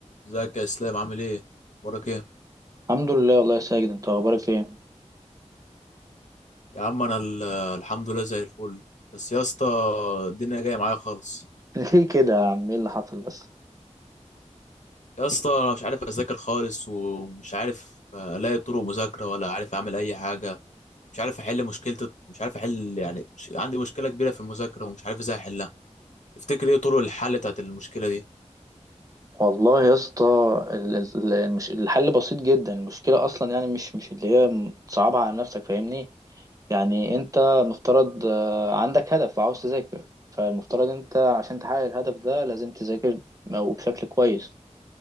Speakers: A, on the left (about 70°); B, on the right (about 30°).
A: ازيك يا اسلام عامل ايه اخبارك ايه
B: الحمد لله والله يا ساجد انت اخبارك ايه <laughs>
A: يا عم انا ال- الحمد لله زي الفل بس يا اسطى الدنيا جايه معايا خالص
B: ليه كده يا عم ايه اللي حصل بس
A: يا اسطى انا مش عارف اذاكر خالص ومش عارف آه، الاقي طرق مذاكره ولا عارف اعمل اي حاجه مش عارف احل مشكله مش عارف احل يعني مش... عندي مشكله كبيره في المذاكره ومش عارف ازاي احلها تفتكر ايه طرق الحل بتاعت المشكله دي
B: والله يا اسطى ال- ال- المش- الحل بسيط جدا المشكله اصلا يعني مش مش اللي هي م- تصعبها على نفسك فاهمني يعني انت مفترض آه، عندك هدف وعاوز تذاكر فالمفترض انت عشان تحقق الهدف ده لازم تذاكر وبشكل كويس